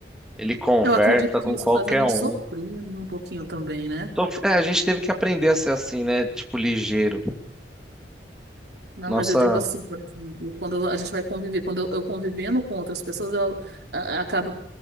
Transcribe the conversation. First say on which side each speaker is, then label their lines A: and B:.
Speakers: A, in the centre; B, on the right.
A: Ele conversa
B: Eu acredito que
A: com
B: isso
A: qualquer
B: faz a gente
A: um.
B: sofrer, né? Um pouquinho também, né?
A: Então, é, a gente teve que aprender a ser assim, né? Tipo, ligeiro.
B: Não,
A: Nossa.
B: mas eu digo assim, por exemplo, quando a gente vai conviver, quando eu, eu convivendo com outras pessoas, eu, a, acaba